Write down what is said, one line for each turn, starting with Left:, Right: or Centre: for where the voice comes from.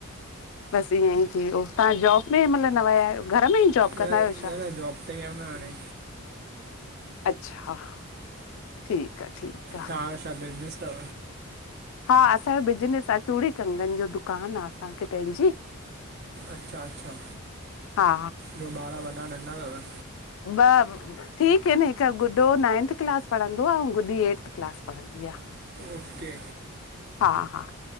Left: बस ईअं ई थी वियो तव्हां जॉब में हे मेहल न विया आहियो घर में ई जॉब कंदा
Right: न
Left: आहियो छा
Right: न न जॉब ते ही आ न हाणे।
Left: अच्छा ह ठीक आ ठीक।
Right: तव्हां जो छा बिज़नेस तव?
Left: हा असांजो बिजनस आ चूड़ी कंगन जो दुकान आ असांखे पंहिंजी।
Right: अच्छा अच्छा
Left: हा
Right: ॿियो ॿार वॾा नंढा तव?
Left: बब ठीक आ न हिक गुॾो नाइंथ क्लास पढ़ंदो आ अउं गुॾी एड़थ क्लास पढ़ंदी आ।
Right: ओके
Left: हा हा